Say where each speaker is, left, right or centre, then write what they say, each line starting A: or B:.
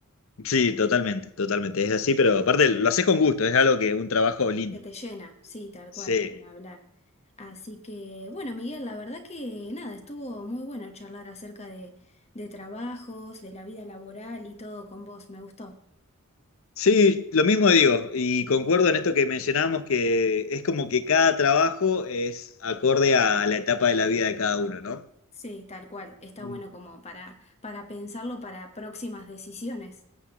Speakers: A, on the left; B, on the left.
A: Sí, totalmente, totalmente. Es así, pero aparte lo haces con gusto, es algo que un trabajo lindo.
B: que te llena, sí, tal
A: Sí,
B: cual, ni hablar. Así que, bueno, Miguel, la verdad que nada, estuvo muy bueno charlar acerca de, de trabajos, de la vida laboral y todo con vos, me gustó.
A: sí, lo mismo digo, y concuerdo en esto que mencionábamos, que es como que cada trabajo es acorde a la etapa de la vida de cada uno, ¿no?
B: Sí, tal cual, está
A: Mm.
B: bueno como para, para pensarlo para próximas decisiones,